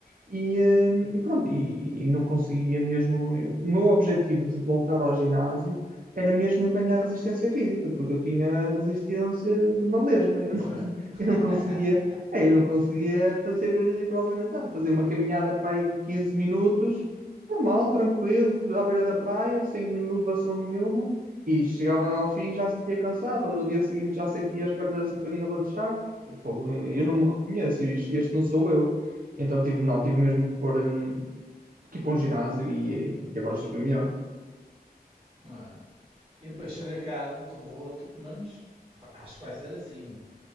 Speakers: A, on the right (about 60°); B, on the right (about 30°).
A: E, hum, e pronto, e, e não conseguia mesmo. O meu objetivo de voltar ao ginásio era mesmo eu ganhar resistência física, porque eu tinha a resistência de uma lesma. Eu não,
B: Zé.
A: <laughs>
B: <laughs>
A: eu não conseguia, é, eu não conseguia fazer rigorosamente nada. Fazer uma caminhada para aí de quinze minutos Normal, tranquilo, à beira da praia, sem elevação nenhuma, e chegava
B: Hum,
A: ao fim já sentia cansado, ou no dia seguinte já sentia as pernas assim um bocadinho a latejar. Eu, falo, eu não me reconheço, is- este não sou eu. Então tive, não, tive mesmo que pôr, hum, que ir para um ginásio e, e pronto, e agora
B: Sim,
A: estou bem
B: claro.
A: melhor.
B: Não é? E depois chego a casa, todo roto, pelo menos epá, acho que vai ser assim.